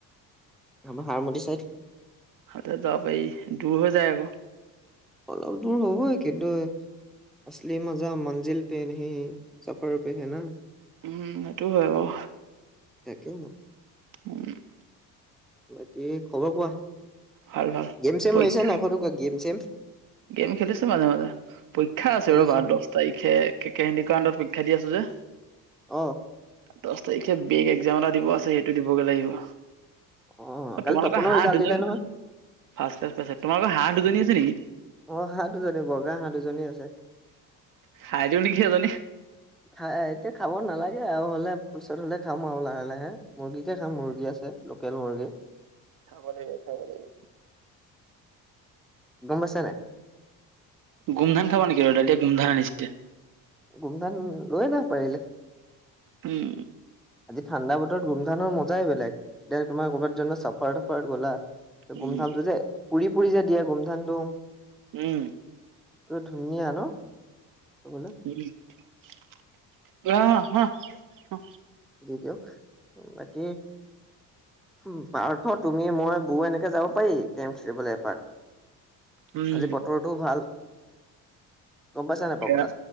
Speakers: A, in the centre; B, on the right (about 40°).
A: আমাৰ হাৰমতি চাইদ।
B: তাতে যাব পাৰি দূৰ হৈ যায় আকৌ।
A: অলপ দূৰ হ'বই কিন্তু আচলি মজা মঞ্জিল পে নেহি সফৰ পে হে না।
B: সেইটো হয় বাৰু।
A: <unintelligible>
B: <unintelligible>
A: বাকী খবৰ কোৱা
B: ভাল ভাল
A: গেম চেম
B: পৰীক্ষা
A: মাৰিচানে নাই সৰু কে গেম চেম?
B: গেম খেলিছেো মাজে মাজে পৰীক্ষা আছে
A: খেলিছো
B: বাৰ দহ তাৰিখে কে কে হেণ্ডী কৰ আন্দাৰত পৰীক্ষা দি আছো যে।
A: অঁ'।
B: দহ তাৰিখে বেগ এক্জাম এটা দিব আছে সেইটো দিবগৈ লাগিব।
A: অ কালি
B: তোমালোকৰ
A: তপনৰ
B: হাঁহ
A: ৰিজাল্ট
B: দুজন
A: দিলে নহয়
B: ফাৰ্ষটেক তোমালোকৰ হাঁহ দুজনী আছে নেকি?
A: অ', হাহঁ দুজনী বগা হাঁহ দুজনী আছে
B: খাই দিউ নেকি এজনী।
A: খাই এতিয়া খাব নালাগে আৰু হ'লে পিছত হ'লে খাম আৰু লাহে লাহে। মুৰ্গীকে খাম মুৰ্গী আছে লোকেল মুৰ্গী।
B: খাব লাগিব খাব লাগিব।
A: গম পাইচানে নাই?
B: গুমধান খাব নেকি ৰ'দালিয়ে গুম ধান আনিছে।
A: গুমধান লৈ আনা পাৰিলে।
B: উম।
A: আজি ঠাণ্ডা বতৰত গুমধানৰ মজাই বেলেগ এতি তুমাৰ ক'ৰবাত চাফাৰত তাফাৰত গলা
B: উম
A: গুমধানটো যে পুৰি পুৰি যে দিয়ে গুমধানটো।
B: উম।
A: ধুনীয়া ন' খাবলে?
B: <unintelligible> অ
A: দি দক বাকী উ পাৰ্থ তুমি মই বৌ এনেকে যাব পাৰি কেম খেলিবলৈ এপাত
B: উম
A: আজি বতৰটোও ভাল গম পাইছা নাই পাপুদা
B: কে